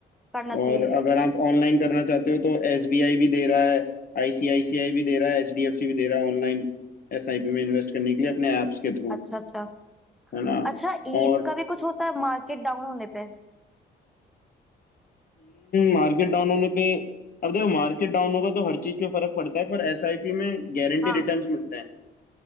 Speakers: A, in the centre; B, on the left (about 45°).
A: करना चाहिए
B: और अगर आप ऑनलाइन करना चाहते हो तो एसबीआई भी दे रहा है आईसीआईसीआई भी दे रहा है एचडीएफसी भी दे रहा है ऑनलाइन एसआईपी में इन्वेस्ट करने के लिए अपने ऐप्स के थ्रू
A: अच्छा अच्छा
B: है ना
A: अच्छा ये
B: और
A: इसका भी कुछ होता है मार्केट डाउन होने पे
B: मार्केट डाउन होने पे अब देखो मार्केट डाउन होगा तो हर चीज पे फर्क पड़ता है पर एसआईपी में गारंटी
A: हाँ
B: रिटर्न्स मिलते हैं